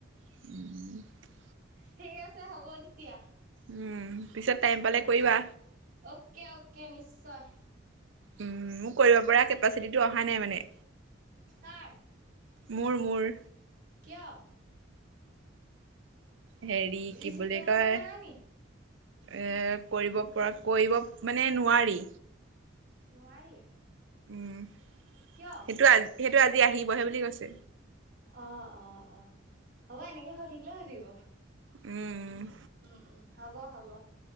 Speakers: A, on the right; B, on the right.
A: <inaudible>
B: ঠিক আছে, হ'ব তেতিয়া।
A: উম, পিছে টাইম পালে
B: অ
A: কৰিবা।
B: অ'কে, অ'কে নিশ্চয়।
A: উম, মোৰ কৰিব পৰা কেপাচিটিটো অহা নাই মানে।
B: কাৰ?
A: মোৰ, মোৰ।
B: কিয়?
A: হেৰি
B: ৰিচিভ
A: কি বুলি
B: কৰিবহে
A: কয়
B: জানা নি?
A: এ কৰিব পৰা, কৰিব মানে নোৱাৰি।
B: নোৱাৰি,
A: উম
B: কিয়?
A: সেইটো আজি সেইটো আজি আহিবহে বুলি কৈছে।
B: অ', অ', অ'। হ'ব এনেকে হৈ থাকিলেও হৈ থাকিব।
A: উম।
B: উম, উম। হ'ব, হ'ব।